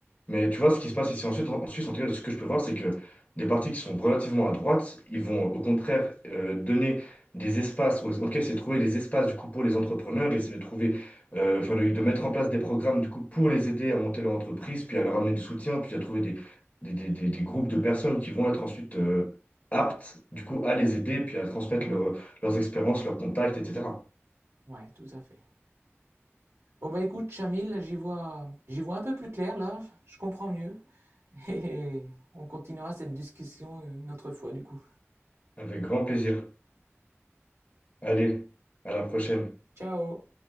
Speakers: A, on the left (about 35°); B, on the right (about 75°).
A: mais tu vois, ce qui se passe ici en Suisse, en Suisse, en tout cas, ce que je peux voir, c'est que des partis qui sont relativement à droite, ils vont au contraire euh, donner des espaces, aux- ok, c'est de trouver des espaces du coup pour les entrepreneurs, et c'est de trouver, euh, enfin, de, de mettre en place des programmes du coup pour les aider à monter leur entreprise, puis à leur amener du soutien, puis à trouver des, des, des- des- des groupes de personnes qui vont être ensuite euh, aptes du coup à les aider, puis à transmettre
B: Mhm.
A: leur- leurs expériences, leurs contacts, etc.
B: Ouais, tout à fait. Bon, bah écoute, Chamil, là, j'y vois, j'y vois un peu plus clair, là. Je comprends mieux. <laughs> Et on continuera cette discussion une autre fois, du coup.
A: Avec grand plaisir. Allez, à la prochaine.
B: Ciao!